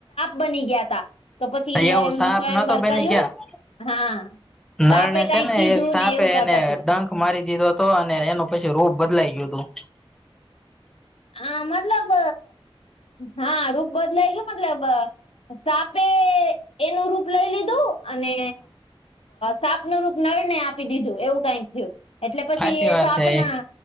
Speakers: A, on the left; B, in the centre.
A: બની ગયા તા તો પછી
B: એવું
A: એમનું
B: સાપ
A: સ્વયંવર
B: નતો બેની
A: કર્યું
B: કયા
A: હા
B: નળણે
A: સાપે કઈક
B: છે ને
A: કીધું
B: એક સાપે
A: ને એવું કાક
B: એને
A: હતું
B: ડંખ મારી દીધો હતો. તો અને એનું પછી રોપ બદલાઈ ગયું હતું.
A: આ મતલબ હા રૂપ બદલાય ગય મતલબ સાપે એનું રૂપ લઈ લીધું અને સાપનું રૂપ નળને આપી દીધું એવું કઈક થયું એટલે પછી
B: હાચી વાત
A: સાપ
B: છે એ
A: ના